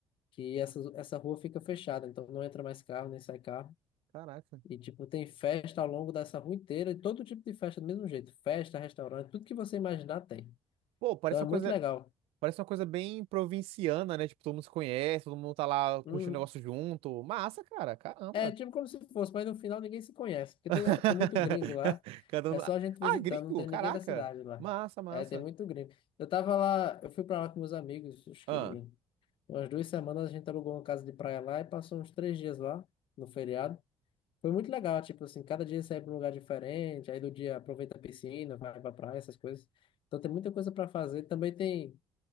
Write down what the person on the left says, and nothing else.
que essa, essa rua fica fechada, então não entra mais carro, nem sai carro.
E, tipo, tem festa ao longo dessa rua inteira, e todo tipo de festa do mesmo jeito. Festa, restaurante, tudo que você imaginar tem.
Então é
muito
legal.
Hum,
é tipo como se fosse, mas no final ninguém se conhece, porque
toda, tem muito gringo lá.
É
só a gente visitando,
não tem
ninguém da cidade lá.
É, tem muito gringo. Eu tava lá, eu fui pra lá com meus amigos, acho
que. Umas duas semanas a gente alugou uma casa de praia lá e passou uns três dias lá, no feriado. Foi muito legal, tipo assim, cada dia sai para um lugar diferente, aí do dia aproveita a piscina, vai pra praia, essas coisas. Então tem muita coisa para fazer. Também tem,